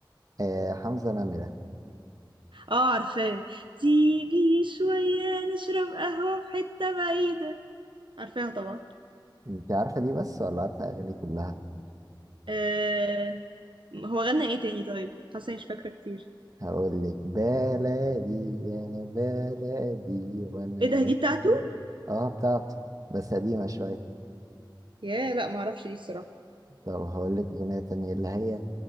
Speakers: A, on the right (about 45°); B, on the right (about 75°).
A: آه حمزة نمرة
B: اه عارفاه تيجي شوية نشرب قهوة في حتة بعيدة عارفاها طبعا
A: انت عارفة دي بس ولا عارفة اغاني كلها
B: آه هو غنى ايه تاني طيب؟ حاسة إني مش فاكرة كتير
A: هقول لك بلدي يا بلدي وانا
B: ايه ده
A: نفسي
B: دي بتاعته؟
A: اه بتاعته بس قديمة شوية
B: ياه لا معرفش دي الصراحة
A: طب هقول لك اغنية تانية اللي هي